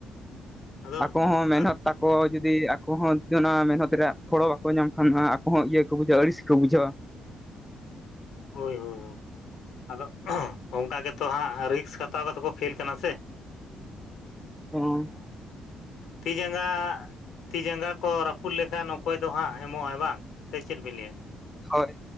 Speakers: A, on the left; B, in the centre.
A: ᱟᱫᱚ
B: ᱟᱠᱚ ᱦᱚᱸ ᱢᱮᱦᱱᱚᱛ
A: ᱟᱫ
B: ᱛᱟ ᱟᱠᱚ ᱡᱩᱫᱤ ᱟᱠᱚ ᱦᱚᱸ ᱚᱱᱟ ᱢᱮᱦᱱᱚᱛ ᱨᱮᱭᱟᱜ ᱯᱷᱚᱲᱚ ᱵᱟᱠᱚ ᱧᱟᱢ ᱠᱷᱟᱱ ᱦᱟᱸᱜ ᱟᱠᱚ ᱦᱚᱸ ᱤᱭᱟᱹ ᱠᱚ ᱵᱩᱡᱷᱟᱹᱣᱟ ᱟᱹᱲᱤᱥ ᱠᱚ ᱵᱩᱡᱷᱟᱹᱣᱟ᱾
A: ᱦᱳᱭ ᱦᱳᱭ ᱦᱳᱭ, ᱟᱫᱚ ᱚᱱᱠᱟ ᱜᱮᱛᱚ ᱦᱟᱸᱜ ᱨᱤᱠᱥ ᱦᱟᱛᱟᱣ ᱠᱟᱛᱮ ᱠᱚ ᱠᱷᱮᱞ ᱠᱟᱱᱟ ᱥᱮ᱾
B: ᱦᱚᱸ᱾
A: ᱛᱤ ᱡᱟᱸᱜᱟ ᱛᱤ ᱡᱟᱸᱜᱟ ᱠᱚ ᱨᱟᱹᱯᱩᱫ ᱞᱮᱱᱠᱷᱟᱱ ᱚᱠᱚᱭ ᱫᱚ ᱦᱟᱸᱜ ᱮᱢᱚᱜᱼᱟᱭ ᱵᱟᱝ? ᱥᱮ ᱪᱮᱫ ᱵᱤᱱ ᱞᱮᱭᱟ?
B: ᱦᱳᱭ